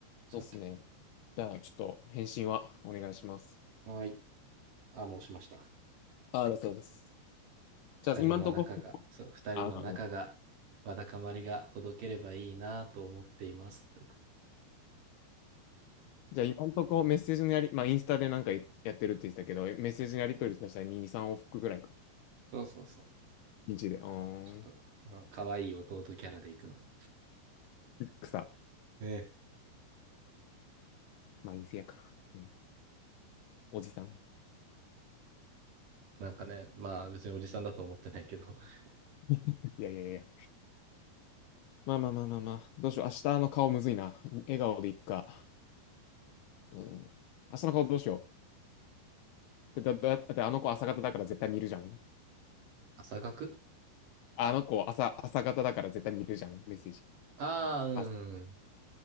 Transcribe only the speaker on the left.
そうですね。じゃあ、ちょっと返信はお願いします。
ああ、そうです。
じゃあ、今んとこ、
あ、あ、
じゃあ、今んとこメッセージのやり、まあ、インスタでなんかやってるって言ってたけど、メッセージのやり取りとしたら2、3往復ぐらいか。
1で。うーん。
草。
まあ、陰性やから。うん。おじさん。
<laughs> いやいやいや。まあまあまあまあまあ。どうしよう。明日の顔むずいな。笑顔でいくか。うん。明日の顔どうしよう。だ、だ、だだってあの子朝方だから絶対見るじゃん。
あの子朝、朝方だから絶対見るじゃん。メッセージ。
朝